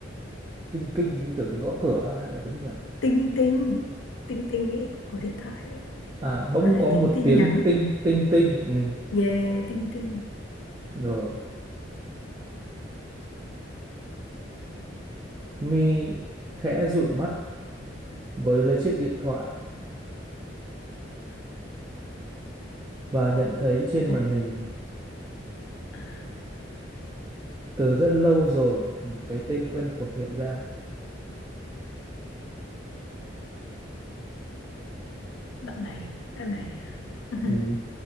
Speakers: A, on the right; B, on the left.
A: kinh kinh như kiểu tiếng gõ cửa hay là tiếng gì à?
B: tinh tinh tinh tinh ý của điện thoại ý.
A: À, bỗng
B: có thể
A: có một
B: tiếng tin
A: tiếng
B: nhắn
A: tinh tinh tinh ừ.
B: yeah tinh tinh
A: Rồi mi khẽ dụi mắt với lấy chiếc điện thoại và nhận thấy trên
B: à,
A: màn hình
B: à,
A: từ rất lâu rồi một cái tên quen thuộc hiện ra
B: đoạn này đoạn này à. <laughs>
A: ừ.